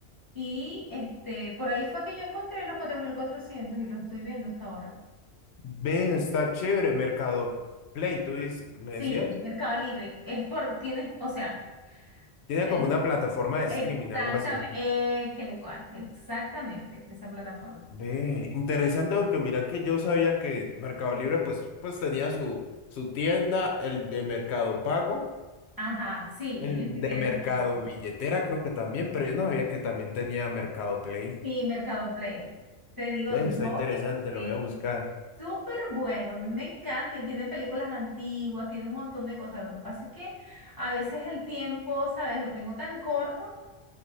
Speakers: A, on the right; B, on the left.
A: Y este, por ahí fue que yo encontré los 4.400 y lo estoy viendo hasta ahora.
B: ve, está chévere, Mercado Play, ¿tú dices- me
A: Sí,
B: decías?
A: Mercado Libre. Es por, tienes, o sea,
B: Tiene
A: el-
B: como una plataforma de streaming,
A: exactamente,
B: algo así.
A: eh, que le cuadra, exactamente, esa plataforma.
B: Ve, interesante porque mira que yo sabía que Mercado Libre pues, pues tenía su, su tienda, el de Mercado Pago,
A: Ajá, sí,
B: el
A: ellos sí
B: de
A: tienen
B: Mercado
A: Mercado.
B: Billetera creo que también, pero yo no sabía que también tenía Mercado Play.
A: Sí, Mercado Play. Te digo,
B: Ve,
A: yo
B: está interesante,
A: que
B: lo
A: sí.
B: voy a buscar.
A: Súper bueno, a mí me encanta y tiene películas antiguas, tiene un montón de cosas. Lo que pasa es que a veces el tiempo, ¿sabes? Lo tengo tan corto,